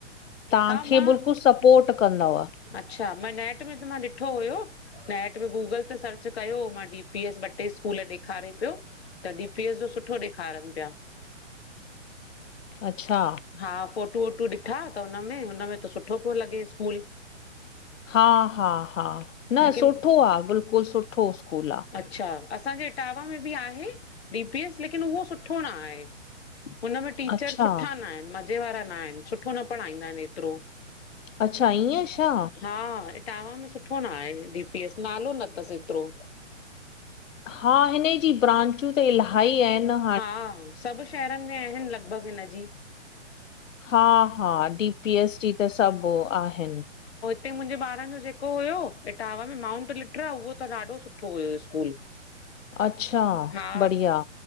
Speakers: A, on the left; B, on the left.
A: तहांखे
B: हा मां
A: बिल्कुलु सपोर्ट कंदव।
B: अच्छा, मां नेट में त मां ॾिठो हुयो। नेट में गूगल ते सर्च कयो मां डी- पी-एस, ॿ-टे स्कूल ॾेखारे पियो। त डी -पी- एस जो सुठो ॾेखारनि प्या।
A: अच्छा।
B: हा फोटू -वोटू ॾिठा त हुनमें, हुनमें त सुठो पो लॻे स्कूल।
A: हा-हा, हा न
B: लेकिन
A: सुठो आ, बिल्कुलु सुठो स्कूल आ।
B: अच्छा, असांजे इटावा में बि आहे डी -पी- एस लेकिन उहो सुठो न आहे। उन मे टीचर
A: अच्छा
B: सुठा नाइनि, मज़े वारा नाइनि, सुठो न पढ़ाईंदा इनि एतिरो।
A: अच्छा! ईअं छा?
B: हा, इटवा में सुठो न आहे डी -पी- एस नालो न तसि एतिरो।
A: हा, हिन जी ब्रांचू त इलाही आहिनि न।
B: हा, सबु शहरन में आहिनि लॻभॻ हिनजी।
A: हा- हा, डी-पी- एस जी त सबु आहिनि।
B: ते मुंजे ॿारनि जो जेको हुयो इटावा में माउंट लिट्रा उहो त ॾाढो सुठो हुयो स्कूल।
A: अच्छा
B: हा।
A: बढ़िया